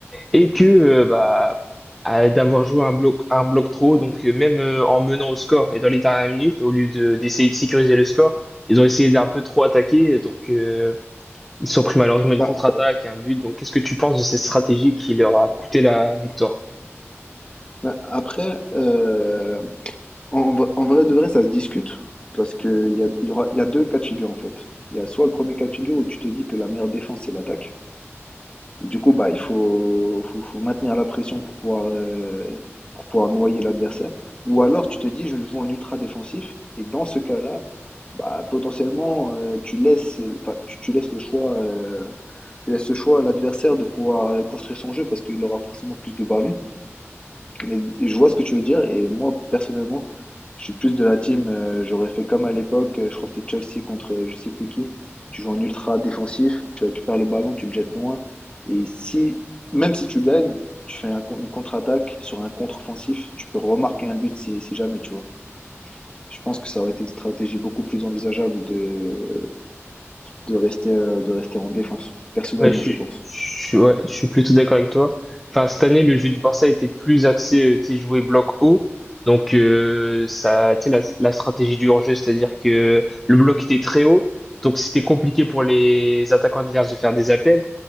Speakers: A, in the centre; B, on the left.
A: Et que, euh, bah, à- d'avoir joué un bloc, un bloc trop, donc euh, même euh, en menant au score et dans les dernières minutes, au lieu de- d'essayer de sécuriser le score, ils ont essayé d'un peu trop attaquer, donc euh, ils se sont pris malheureusement une
B: Bah,
A: contre-attaque et un but. Donc qu'est-ce que tu penses de cette stratégie qui leur a coûté la victoire?
B: bah, après, euh, En, v- en vrai de vrai, ça se discute parce que il y a, il y aura, il y a deux cas de figure en fait. Il y a soit le premier cas de figure où tu te dis que la meilleure défense c'est l'attaque. Et du coup, bah, il faut, faut, faut maintenir la pression pour pouvoir, euh, pour pouvoir noyer l'adversaire. Ou alors tu te dis je joue en ultra défensif et dans ce cas-là, bah, potentiellement euh, tu laisses, enfin, tu, tu laisses le choix, euh, tu laisses le choix à l'adversaire de pouvoir euh, construire son jeu parce qu'il aura forcément plus de ballons. Mais je vois ce que tu veux dire et moi personnellement, je suis plus de la team. euh, j'aurais fait comme à l'époque, euh, je crois que c'était Chelsea contre euh, je sais plus qui. Tu joues en ultra défensif, tu récupères le ballon, tu le jettes loin. Et si, même si tu gagnes, tu fais un con- une contre-attaque sur un contre-offensif, tu peux remarquer un but si, si jamais, tu vois. Je pense que ça aurait été une stratégie beaucoup plus envisageable de, de rester, euh, de rester en défense. Personnellement,
A: Ouais, je suis,
B: je pense.
A: je suis- ouais, je suis plutôt d'accord avec toi. Enfin, cette année, le jeu du Barça était plus axé, euh, tu sais, jouer bloc haut. Donc, euh, ça, tu sais, la, la stratégie du hors-jeu, c'est-à-dire que le bloc était très haut. Donc, c'était compliqué pour les attaquants adverses de faire des appels.